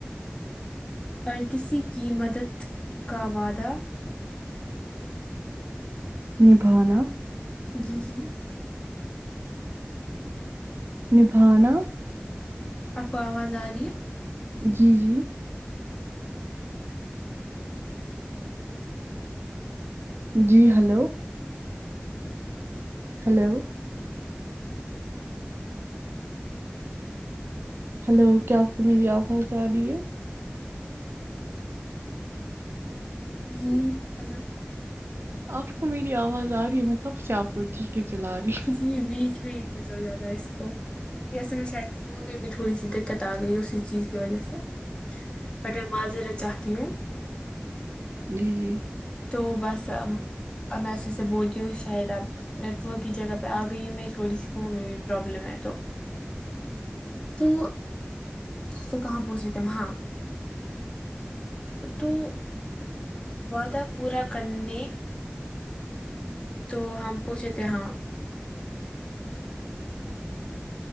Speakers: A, on the left; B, on the right.
A: اور کسی کی مدد کا وعدہ
B: نبھانا
A: جی جی
B: نبھانا
A: آپ کو آواز آ رہی ہے
B: جی جی جی ہلو ہیلو ہلو کیا آپ کو میری آواز صحیح سے آ رہی ہے
A: جی
B: ہے
A: ہیلو
B: آپ کو میری آواز آ رہی ہے میں کب سے آپ کو چیخے چلا رہی
A: جی بیچ بھی کچھ ہو جاتا ہے اس کو ا اسے میں شاید فون میں بھی تھوڑی سی دقت آ گئی اسی چیز کی وجہ سے بٹ میں معذرت چاہتی ہوں
B: جی جی
A: تو بس اب میں اسی سے بولتی ہوں شاید اب نیٹ ورک کی جگہ پہ آ گئی ہوں میں تھوڑی سی فون میں بھی پرابلم ہے تو تو تو کہاں پوچھے تھے ہم ہاں تو وعدہ پورا کرنے تو ہم پوچھے تھے ہاں